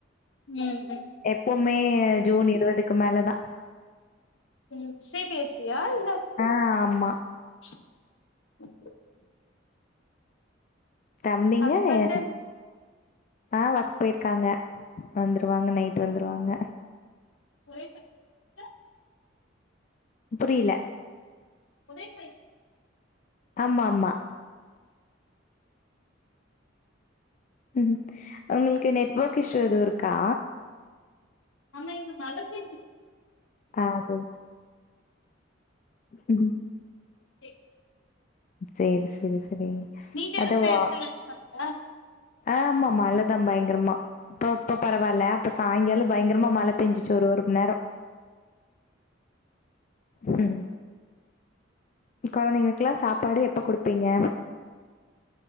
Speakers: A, on the left (about 70°); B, on the left (about 40°).
A: ம் ம்
B: எப்பவ்மே ஜூன் இருவது க்கு மேல தா
A: உம் சி பி எஸ் சி யா இல்ல
B: ஆ ஆமா.
A: ஹம்
B: தம்பிங்க
A: ஹஸ்பண்டு
B: <unintelligible> ஆஹ் ஒர்க் போயிர்க்காங்க வந்துருவாங்க நைட் வந்துருவாங்க
A: போய்டே க
B: புரியல
A: உழைப்பை
B: ஆமா ஆமா உம் உங்களுக்கு நெட்வொர்க் இஸ்யூ எதுவு இருக்கா
A: ஆமா இங்க மழ பேஞ்சு
B: ஆகுமா உம்
A: எ
B: செரி செரி செரி
A: நீங்க
B: கடவா
A: இருக்கிற எடத்துல மழையா
B: ஆமா மழதா பயங்கரமா இப்போ இப்ப பரவால்ல அப்ப சாய்ந்தர பயங்கரமா மழ பேஞ்சுச்சு ஒரு ஒருக்கு நேர உம் கொழந்தைங்களுக்குலா சாப்பாடு எப்ப குடுப்பீங்க